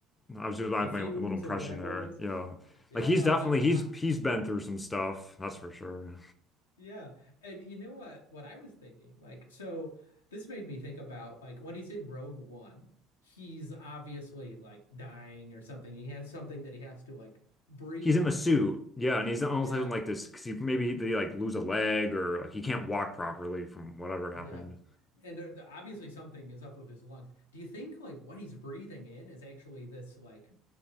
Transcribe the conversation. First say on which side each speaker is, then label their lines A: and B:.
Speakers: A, on the left; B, on the left.
A: I was doing like
B: The fumes
A: my little impression
B: of whatever
A: there.
B: it is.
A: Yeah,
B: Yeah.
A: like he's
B: Oh,
A: definitely
B: that, that
A: he's
B: I,
A: he's been through some stuff. That's for sure.
B: <laughs> yeah. And you know what? What I was thinking, like, so this made me think about like when he's in Rogue One, he's obviously like dying or something. He has something that he has to like breathe
A: He's in
B: with.
A: a suit, yeah, and he's almost
B: Yeah.
A: like this because he maybe they like lose a leg or like he can't walk properly from whatever
B: Yeah.
A: happened.
B: And there, there- obviously something is up with his lungs. Do you think like what he's breathing in is actually this like?